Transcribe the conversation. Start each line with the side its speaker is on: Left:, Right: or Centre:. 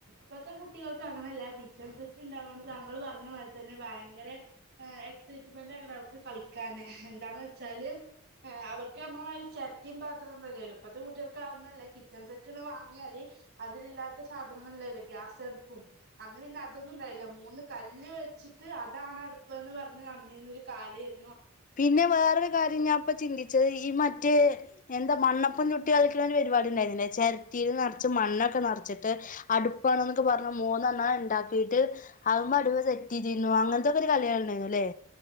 Right: ഇപ്പത്തെ കുട്ടികൾക്ക് അങ്ങനല്ല കിച്ചൺ സെറ്റ് ഉണ്ടാവുകൊണ്ട് താങ്കൾ പറഞ്ഞ മാതിരിതന്നെ ഭയങ്കര എക്സൈറ്റ്മെന്റ് ആക്കരം അവർക്ക് കളിക്കാന് എന്താന്ന് വച്ചാല് അവർക്ക് നമ്മളമായിരി ചെരറ്റിയും പാത്രന്നുല്ലല്ലോ ഇപ്പഴത്തെ കുട്ടികൾക്ക് അതൊന്നുഅല്ല കിച്ചൺ സെറ്റ് വാങ്ങിയാല് അതിലില്ലാത്ത സാധനങ്ങളിലല്ലോ ഗ്യാസടുപ്പും അന്ന് പിന്നെ അതൊന്നും ഉണ്ടായില്ല മൂന്ന് കല്ല് വെച്ചിട്ട് അതാണ് അടുപ്പ് എന്ന് പറഞ്ഞ് നടന്നിര്ന്ന ഒരു കാലേര്ന്നു
Left: പിന്നെ വേറൊരു കാര്യം ഞാപ്പചിന്തി ച്ചത് ഈ മറ്റേ എന്താ മണ്ണപ്പൻ ചുട്ട് കളിക്കണ ഒരു പരിപാടി ഉണ്ടായിര്ന്നില്ലേ ചേരട്ടൽ നിറച്ച് മണ്ണൊക്കെ നിറച്ചിട്ട് അടുപ്പാണ്ന്നൊക്കെ പറഞ്ഞ മൂന്നെണ്ണണ്ടാക്കിട്ട് ആകുമ്പോ അടുപ്പ് സെറ്റ് ചെയ്തീര്ന്നു അങ്ങനത്തെക്കെ ഒരു കളികളുണ്ടായിരുന്നുല്ലേ